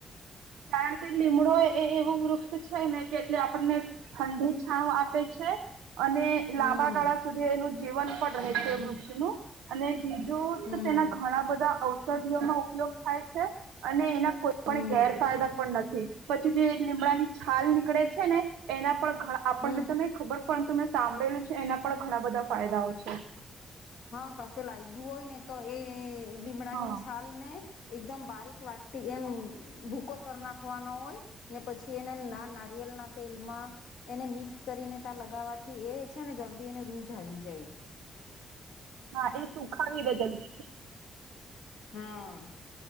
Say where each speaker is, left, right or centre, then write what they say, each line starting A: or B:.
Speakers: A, on the right (about 80°); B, on the left (about 70°).
A: કારણ કે લીમડો એવું વૃક્ષ છે ને કે આપણને ઠંડી છાંવ આપે છે. અને
B: હમ
A: લાંબાગાળા સુધી એનું જીવન પણ રહે છે વૃક્ષનું અને બીજું
B: હમ
A: તેના ઘણાં બધા ઔષધિઓમાં ઉપયોગ થાય છે અને એના કોઈપણ
B: હમ
A: ગેર પણ નથી. પછી જે લીમડાની છાલ નીકળે છે ને એના પણ આપણને
B: હમ
A: તો નય ખબર પણ તમ સાંભળેલું છે એના પણ ઘણાં બધા ફાયદાઓ છે.
B: હા, કસે લાયગુ હોય ને, તો એ લીમડાની
A: હા
B: છાલને.... એકદમ બારીક વાટી એમ ભૂકો કરી નાખવાનો હોય છે ને, પછી એને નાની... નારિયેળના તેલમાં. એને મિક્સ કરીને ત્યાં લગાવવાથી એ છે ને જલ્દી એને રૂઝ આવી જાય છે.
A: હા, એ સુખાવી દે જલદી...
B: હા....